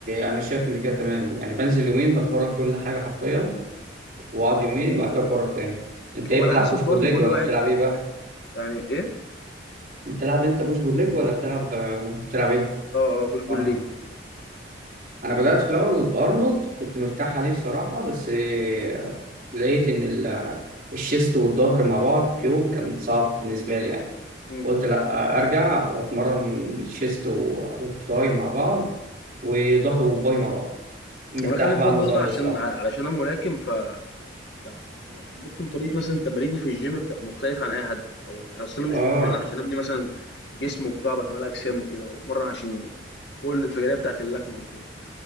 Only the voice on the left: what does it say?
هو على
حسب
برضه
كل
واحد
يعني إيه؟
آه، آه push pull
leg
إمم،
وأنا خلّي بالك
برضه عشان
ع علشان أنا ملاكم ف ف ف ممكن طريقة مثلًا تماريني في الgym بتبقى مختلفة عن أي حد أو أصل أنا
مش باتمرن عشان أبني مثلًا جسم وبتاع وأبقى كمال أجسام وكده، أنا باتمرن عشان القوة الانفجارية بتاعة اللكمة وكده.